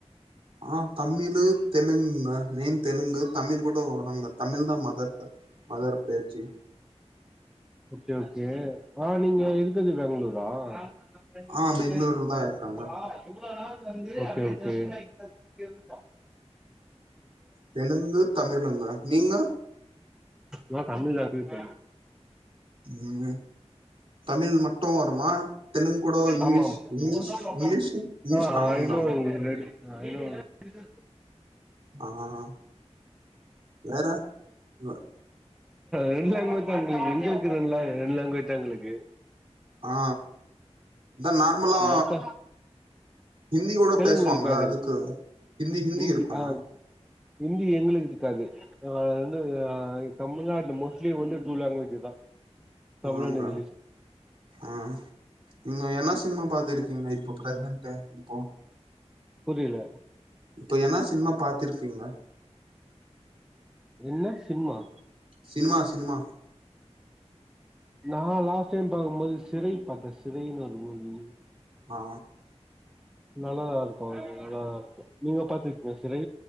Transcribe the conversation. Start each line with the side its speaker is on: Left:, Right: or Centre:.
Right: ஆ தமிழ் தெலுங்குங்க நெயன் தெலுங்கு தமிழ் கூட வராங்க தமிழ் தா மதர் டங் மதர் பேச்சி
Centre: ஓகே ஓகே ஆ நீங்க இருக்குது பேங்ளூரா <unintelligible>
Right: ஆ பெங்களூர்ல
Centre: சேர்வோ
Right: தா இருக்காங்க
Centre: ஆமா எவ்ளோ நாள் ஓகே ஓகே ம்
Right: தெலுங்கு தமிழுங்க நீங்க
Centre: நா தமிழ் லாங்வேஜ்
Right: ம் தமிழ் மட்டு வருமா தெலுங்கு கூட இங்கிலீஷ்
Centre: ஆமா
Right: இங்கிலீஷ்
Centre: ஆமா
Right: இங்கிலீஷ் இங்கிலீஷ்
Centre: ஆ
Right: காமன்
Centre: ஐ
Right: தானே
Centre: நோ இங்கிலீஷ் ரெண்டு ஐ நொவ் இங்கிலிஷ்
Right: அ அ ஹ வேற வ
Centre: ரெண்டு லாங்குவேஜ் தா எங்களுக்கு எங்களுக்கு ரெண் லா ரெண் லாங்குவேஜ் தா எங்களுக்கு
Right: ஆ இதா நார்மலா
Centre: மொத்த
Right: ஹிந்தி கூட
Centre: தெலங்கிருக்காது
Right: பேசுவாங்க அதுக்கு ஹிந்தி ஹிந்தி
Centre: இந்தி
Right: இருக்குங்க
Centre: ஆ ஹிந்தி எங்களுக் இருக்காது ஆ ரெண்டு <unintelligible> தமிழ்நாட்ல மோஸ்ட்லி வந்து டூ லாங்குவேஜு தா தமிழ்
Right: ஆங்க
Centre: அன்ட் இங்லிஷ்
Right: ஆ நீங்க என்ன சினிமா பாத்துருக்கீங்க இப் ப பிரசன்ட்ட இப்போ
Centre: புரியில
Right: இப்ப என்ன சினிமா பாத்திருக்கீங்க?
Centre: என்ன சிம்மா
Right: சினமா சினிமா
Centre: நா லாஸ்ட் டைம் பாக்கும்போது சிறை பாத்தே சிறைனு ஒரு மூவி
Right: ஆ
Centre: நல்லாதா இருக்கு அது நல்லாதா இருக்கு நீங்க பாத்துருக்கீங்க சிறை